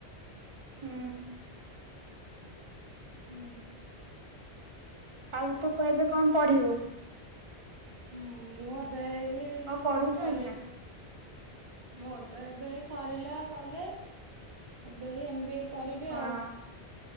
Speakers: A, on the right; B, on the right.
A: ହୁଁ।
B: ହୁଁ।
A: ଆଉ ତୁ କଣ ଏବେ କଣ ପଢିବୁ?
B: ମୁଁ ଏବେ ଇଏ
A: କଣ ପଢୁଛୁ
B: କଲେଜ
A: ଏଇଖିଣା
B: ମୋର ତ ଏବେ ଏଇ ସରିଲା କଲେଜ ଏବେ ଏମ-ବି-ଏ କରିବି
A: ହଁ
B: ଆଉ